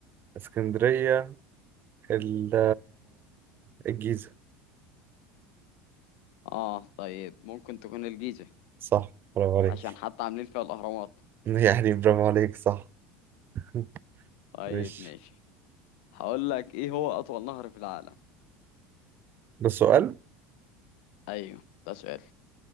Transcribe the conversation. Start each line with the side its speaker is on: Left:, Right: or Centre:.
Right: اسكندرية ال- الجيزة
Left: اه طيب ممكن تكون الجيزة
Right: صح برافو عليك
Left: عشان حتى عاملين فيها الاهرامات
Right: <laughs> يعني برافو عليك صح <laughs>
Left: طيب
Right: ماشي
Left: ماشي هقول لك ايه هو اطول نهر في العالم
Right: ده سؤال
Left: ايوه ده سؤال